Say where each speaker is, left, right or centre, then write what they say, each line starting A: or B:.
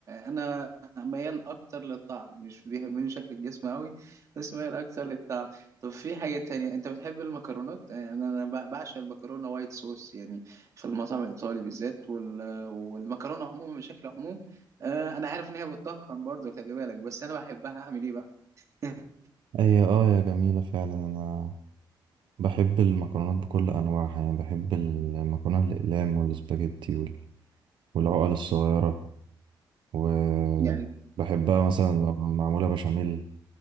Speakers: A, on the right; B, on the right.
A: انا ميال اكتر للطعم مش بيهمني شكل الجسم قوي بس ميال اكتر للطعم طب في حاجة تانية انت بتحب المكرونات يعني انا أنا ب- بعشق المكرونة وايت صوص يعني في المطعم الايطالي بالذات وال- والمكرونة عموما بشكل عموم آه، انا عارف ان هي بتضخم برضه خلي بالك بس انا بحبها اعمل ايه بقى <laughs>
B: هي اه يا جميلة فعلا أنا بحب المكرونات بكل أنواعها يعني بحب المكرونة الأقلام والسباجيتي وال- والعقل الصغيرة وبحبها
A: يعني
B: مثلا لما معمولة بشاميل